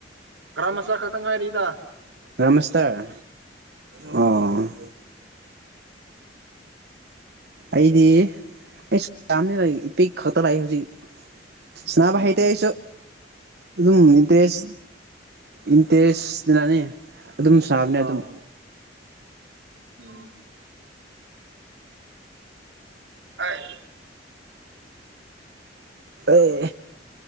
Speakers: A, on the right; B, on the right.
A: ꯒ꯭ꯔꯥꯝ ꯃꯆꯥ ꯈꯛꯇꯪ ꯉꯥꯏꯔꯤꯗ
B: ꯒ꯭ꯔꯥꯝꯃꯥꯁꯇꯔ
A: ꯎꯝ
B: ꯑꯣ ꯑꯩꯗꯤ ꯑꯩꯁꯨ ꯌꯥꯝꯅꯤꯕ ꯏꯄꯤꯛ ꯈꯛꯇ ꯂꯥꯛꯏ ꯍꯧꯖꯤꯛ ꯁꯥꯅꯕ
A: ꯎꯝ
B: ꯍꯩꯇꯦ ꯑꯩꯁꯨ ꯑꯗꯨꯝ ꯏꯟꯇꯔꯦꯁ ꯏꯟꯇꯔꯦꯁꯅꯅꯦ ꯑꯗꯨꯝ ꯁꯥꯕꯅꯦ
A: ꯑꯥ
B: ꯑꯗꯨꯝ
A: ꯎꯝ ꯑꯥ ꯑꯍꯝ
B: ꯑꯦ